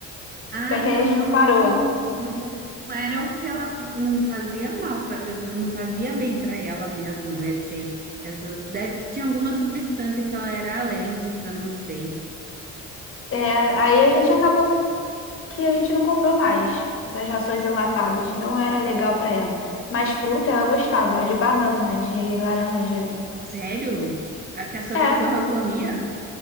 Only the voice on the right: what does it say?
Ah,
então
realmente
não, não, não era o que ela fa- não fazia mal, pra, não fazia bem para ela mesmo. Esse, essas, deve que tinha alguma substância que ela era alérgica, não sei.
Sério? A que a sua
cachorra comia?